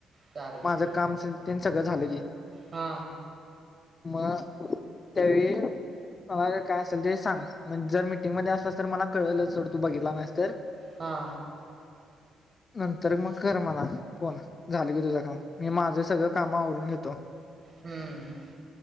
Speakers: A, on the right (about 40°); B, on the left (about 35°).
A: चालते
B: माझं काम असेल सगळं झालं की
A: हा
B: मग त्यावेळी मला काय असेल ते सांग म्हणजे जर मिीटिंगमध्येध्ये असला तर मला कळलं च तू बघितला नाहीस तर
A: हा
B: नंतर मग कर मला फोन झाल गे तुझं काम मी माझं सगळं कामवरून घेतो
A: हम्म